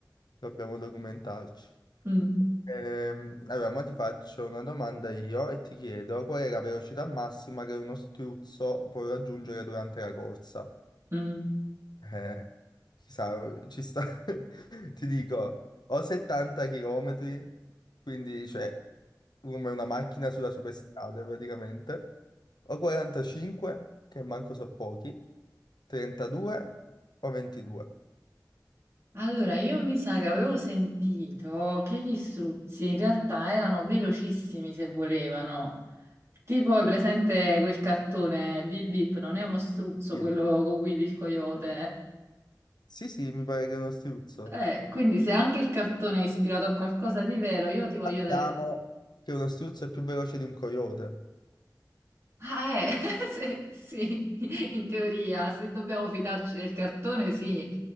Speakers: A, on the left; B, on the right.
A: Dobbiamo documentarci.
B: Mm,
A: Ehm, allora, ma ti faccio una domanda io e ti chiedo qual è la velocità massima che uno struzzo può raggiungere durante la corsa?
B: mm.
A: Eh, ci sa, ci sta, <laughs> ti dico, o 70 km, quindi cioè come una macchina sulla superstrada praticamente, o 45, che manco so pochi, 32 o 22.
B: Allora, io mi sa che avevo sentito che gli struzzi in realtà erano velocissimi se volevano. Tipo, è presente quel cartone Bip Bip, non è uno struzzo
A: Sì,
B: quello con Willy il coyote.
A: sì, sì, mi pare che è uno struzzo.
B: Eh, quindi se anche il cartone è ispirato a qualcosa di vero, io ti voglio
A: Sappiamo
B: dare
A: che uno struzzo è più veloce di un coyote.
B: Ah, eh, <laughs> se- sì, in teoria, se dobbiamo fidarci del cartone, sì.